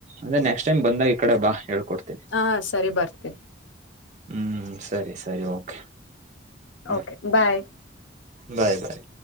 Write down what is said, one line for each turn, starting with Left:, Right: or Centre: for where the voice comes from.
Right: ಅದೆ ನೆಕ್ಸ್ಟ್ ಟೈಮ್ ಬಂದಾಗ ಈ ಕಡೆ ಬಾ ಹೇಳ್ಕೊಡ್ತೀನಿ.
Left: ಹಾ ಸರಿ ಬರ್ತೇ.
Right: ಹ್ಮ್ ಸರಿ ಸರಿ ಓಕೆ ಹ.
Left: ಓಕೆ ಬಾಯ್
Right: ಬಾಯ್ ಬಾಯ್.